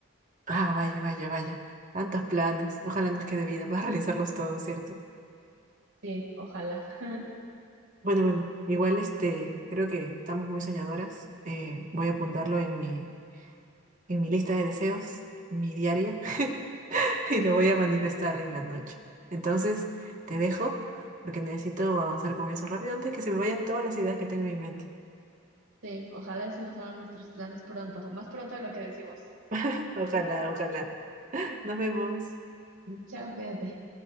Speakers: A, on the right; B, on the right.
A: Ah, vaya, vaya, vaya. Tantos planes. Ojalá nos quede vida para <laughs> realizarlos todos, ¿cierto?
B: sí, ojalá. <laughs>
A: Bueno, bueno, igual este, creo que estamos muy soñadoras. Eh, voy a apuntarlo en mi, en mi lista de deseos, en mi diario. <laughs> y lo voy a manifestar en la noche. Entonces, te dejo porque necesito avanzar con eso rápido antes que se me vayan todas las ideas que tengo en mi mente.
B: Sí, ojalá se nos hagan nuestros planes pronto, más pronto de lo que decimos.
A: <laughs> Ojalá, ojalá. Nos vemos.
B: Chao, cuídate.